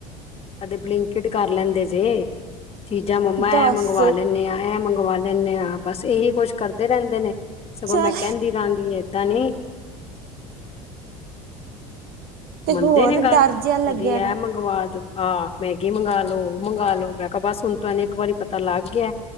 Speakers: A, on the left; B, on the right.
A: ਕੀ ਬਲਿੰਕਟ ਕਰ ਲੈਂਦੇ ਜੇ। ਚੀਜ਼ਾਂ ਮੰਮਾ
B: ਦੱਸ
A: ਇਹ ਮੰਗਵਾ ਲੈਂਦੇ ਹਾਂ, ਇਹ ਮੰਗਵਾ ਲੈਂਦੇ ਹਾਂ, ਬਸ ਇਹੀ ਕੁਛ ਕਰਦੇ ਰਹਿੰਦੇ ਨੇ। ਸਗੋਂ
B: ਚੱਲ
A: ਮੈਂ ਕਹਿੰਦੀ ਰਹਾਂਗੀ, ਏਦਾਂ ਨਹੀਂ।
B: ਤੇ
A: ਮੰਨਦੇ
B: ਹੋਰ
A: ਨੇ ਗੱਲ,
B: ਡਰ ਜਿਹਾ ਲੱਗਿਆ
A: ਕਦੇ ਐ
B: ਰ
A: ਮੰਗਵਾ ਦੋ। ਆਹ! ਮੈਗੀ ਮੰਗ ਲੋ, ਉਹ ਮੰਗ ਲੋ, ਮੈਂ ਕਿਹਾ ਬਸ ਹੁਣ ਤ ਇਹਨੂੰ ਇੱਕ ਵਾਰੀ ਪਤਾ ਲੱਗ ਗਿਆ।